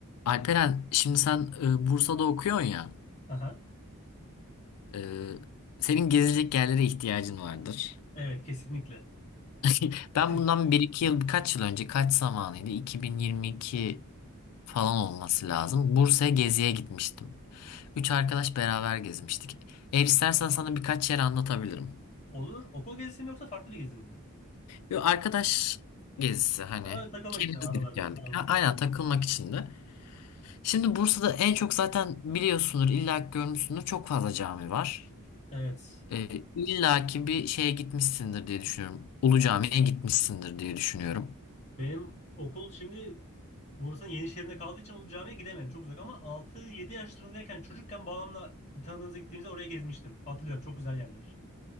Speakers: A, on the left (about 80°); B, on the left (about 30°).
A: Alperen, şimdi sen e, Bursa'da okuyorsun ya.
B: Aha.
A: e, senin gezecek yerlere ihtiyacın vardır.
B: Evet kesinlikle.
A: <laughs> Ben
B: <laughs>
A: bundan bir iki yıl, birkaç yıl önce, kaç zamanıydı? 2022 falan olması lazım. Bursa'ya geziye gitmiştim. Üç arkadaş beraber gezmiştik. Eğer istersen sana birkaç yer anlatabilirim.
B: Olur. Okul gezisi mi yoksa farklı bir gezi mi bu?
A: Bir arkadaş gezisi hani.
B: Ha, öyle takılmak
A: Kendimiz
B: için araların,
A: gidip geldik.
B: aranızda.
A: Ha, aynen takılmak için de. Şimdi Bursa'da en çok zaten biliyorsundur, illa ki görmüşsündür. Çok fazla cami var.
B: Evet.
A: E, illa ki bir şeye gitmişsindir diye düşünüyorum. Ulu Cami'ye gitmişsindir diye düşünüyorum.
B: Benim okul şimdi Bursa'nın Yenişehir'inde kaldığı için Ulu Cami'ye gidemedim. Çok uzak ama altı yedi yaşlarındayken çocukken babamla bir tanıdığımıza gittiğimizde oraya gezmiştim. Hatırlıyorum çok güzel yerler.